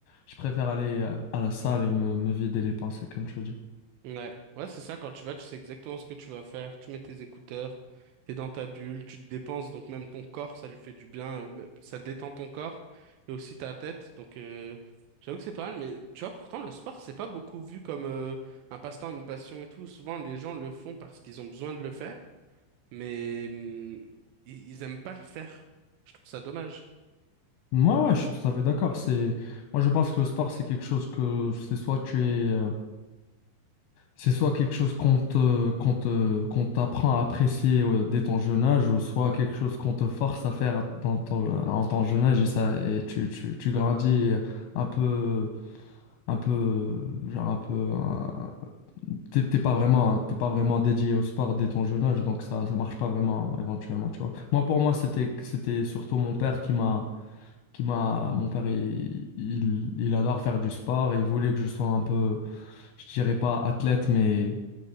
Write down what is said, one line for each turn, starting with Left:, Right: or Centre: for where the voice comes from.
Left: Je préfère aller à, à la salle et me, me vider les pensées, comme tu le dis.
Right: Ouais, ouais, c'est ça, quand tu vas, tu sais exactement ce que tu vas faire, tu mets tes écouteurs, t'es dans ta bulle, tu te dépenses, donc même ton corps, ça lui fait du bien, euh, mais ça détend ton corps, et aussi ta tête, donc euh, j'avoue que c'est pas mal, mais tu vois, pourtant, le sport, c'est pas beaucoup vu comme euh, un passe-temps, une passion et tout, souvent, les gens le font parce qu'ils ont besoin de le faire, mais hum, ils, ils aiment pas le faire, je trouve ça dommage.
Left: Moi, ouais, je suis tout à fait d'accord. C'est, moi, je pense que le sport, c'est quelque chose que c'est soit tu es, euh, C'est soit quelque chose qu'on te, qu'on te- qu'on t'apprend à apprécier euh, dès ton jeune âge, ou soit quelque chose qu'on te force à faire à- dans ton, en ton jeune âge et ça, et tu, tu, tu grandis et un peu, un peu, genre un peu, un- t'es t'es pas vraiment, t'es pas vraiment dédié au sport dès ton jeune âge, donc ça, ça marche pas vraiment éventuellement, tu vois. Moi, pour moi, c'était, c'était surtout mon père qui m'a, qui m'a, mon père, il, il, il adore faire du sport et il voulait que je sois un peu, je dirais pas athlète, mais